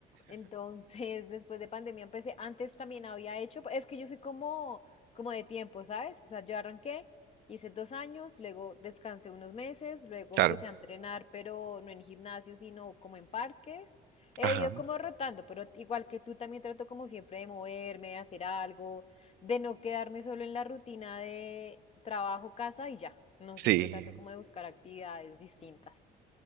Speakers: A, on the left; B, on the right.
A: Entonces, <laughs> después de pandemia empecé, antes también había hecho, es que yo soy como, como de tiempo, ¿sabes? O sea, yo arranqué, hice dos años, luego descansé unos meses, luego
B: claro.
A: empecé a entrenar, pero no en gimnasio, sino como en parques. He
B: Ajá,
A: ido como rotando, pero igual que tú también trato como siempre de moverme, de hacer algo, de no quedarme solo en la rutina de trabajo, casa y ya. No,
B: sí.
A: siempre trato como de buscar actividades distintas.